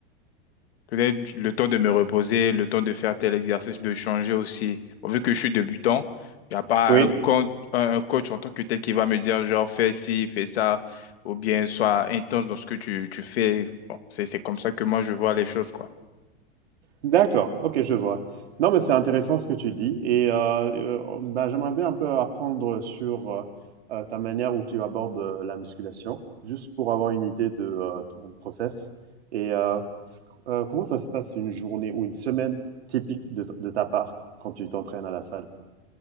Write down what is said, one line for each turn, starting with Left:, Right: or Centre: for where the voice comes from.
Left: Peut-être le temps de me reposer, le temps de faire tel exercice, de changer aussi. Bon, vu que je suis débutant, il n'y a pas
Right: Oui,
Left: un coach, un un coach en tant que tel qui va me dire genre fais ci, fais ça, ou bien sois intense dans ce que tu, tu fais. Bon, c'est, c'est comme ça que moi je vois les choses, quoi.
Right: D'accord, OK, je vois. Non, mais c'est intéressant ce que tu dis et heu heu, bah, j'aimerais bien un peu apprendre sur, heu heu, ta manière où tu abordes, heu, la musculation, juste pour avoir une idée de, heu, ton process et heu, c heu, comment ça se passe une journée ou une semaine typique de de ta part quand tu t'entraînes à la salle?